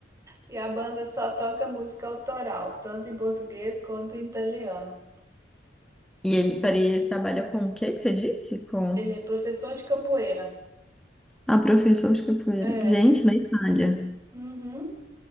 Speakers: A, on the right; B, in the centre.
A: E a banda só toca música autoral, tanto em português quanto em italiano.
B: E ele, peraí, ele trabalha com o que que você disse? Com...
A: Ele é professor de capoeira.
B: a professor de capoeira.
A: É.
B: Gente, na Itália.
A: Uhum.